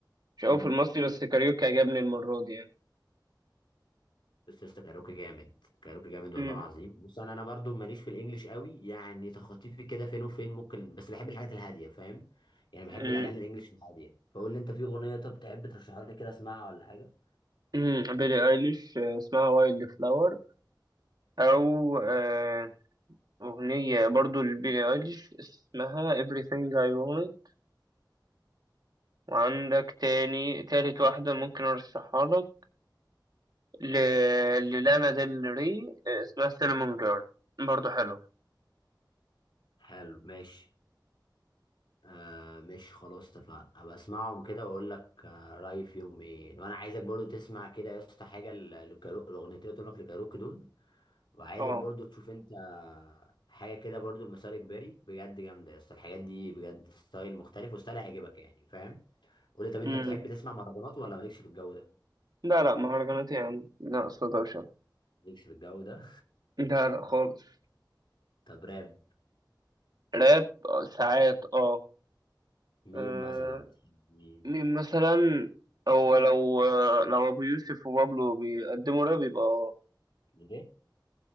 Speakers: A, on the right; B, on the left.
A: مش قوي
B: امم
A: في المصري بس كاريوكي عجبني المرة دي يعني
B: بس يا اسطى كاروكي جامد كاروكي جامد والله
A: مم.
B: العظيم بص انا انا برضو ماليش في الانجليش قوي يعني تخطيطي كده فين وفين ممكن بس بحب الحاجات الهاديه فاهم يعني بحب
A: مم.
B: الاغاني الانجليش الهاديه فقول لي انت في اغنيه طب تحب ترشحها لي كده اسمعها ولا حاجه
A: مم. بيلي ايليش آه، اسمها وايلد فلاور او آه، اغنية برضو لبيلي ايليش اسمها everything I want it. وعندك تاني تالت واحدة ممكن ارشحها لك ل... للانا ديل ري آه، اسمها سينمون جيرل برضه حلو
B: حلو ماشي آه ماشي خلاص اتفقنا هبقى اسمعهم كده واقول لك آه رايي فيهم ايه وانا عايزك برضو تسمع كده يا اسطى حاجه ل- للكارو- الاغنيتين اللي قلت لك لكاروكي دول وعايزك
A: اه
B: برضو تشوف انت حاجه كده برضو المسار اجباري بجد جامده يا اسطى الحاجات دي بجد ستايل مختلف وستايل هيعجبك يعني فاهم قول لي طب انت
A: امم
B: بتحب تسمع مهرجانات ولا مالكش في الجو ده
A: لا لا مهرجانات يا عم لا أصل دوشة
B: مالكش في الجو ده
A: لا لا خالص
B: <laughs> طب راب
A: راب آه، ساعات اه
B: مين
A: آه،
B: مثلا بتحب مين
A: مين مثلا هو لو آه، لو أبو يوسف وبابلو بيقدموا راب يبقى اه
B: ايه